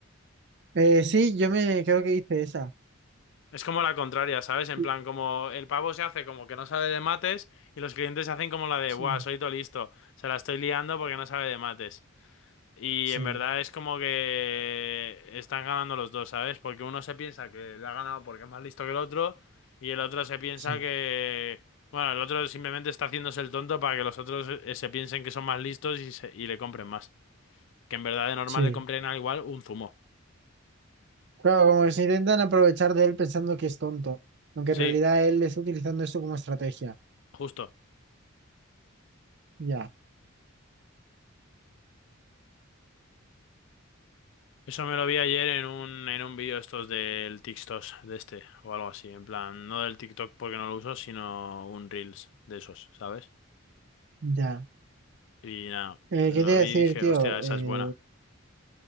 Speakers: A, on the right; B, on the left.
A: Eh, sí, yo me creo que hice esa.
B: Es como la contraria, ¿sabes? En
A: Sí,
B: plan, como el pavo se hace como que no sabe de mates y los clientes se hacen como la de,
A: sí,
B: buah, soy todo listo, se la estoy liando porque no sabe de mates. Y
A: sí,
B: en verdad es como que están ganando los dos, ¿sabes? Porque uno se piensa que le ha ganado porque es más listo que el otro y el otro se piensa
A: sí.
B: que... Bueno, el otro simplemente está haciéndose el tonto para que los otros eh, se piensen que son más listos y, se- y le compren más. Que en verdad de normal
A: sí.
B: le compren al igual un zumo.
A: Claro, como que se intentan aprovechar de él pensando que es tonto, aunque
B: Sí,
A: en realidad él está utilizando esto como estrategia.
B: justo.
A: Ya,
B: Eso me lo vi ayer en un, en un vídeo estos del TikTok de este o algo así. En plan, no del TikTok porque no lo uso, sino un Reels de esos, ¿sabes?
A: ya.
B: Y nada,
A: Eh,
B: lo
A: ¿qué te iba
B: vi
A: a decir,
B: y dije,
A: tío?
B: hostia, esa
A: Eh,
B: es buena.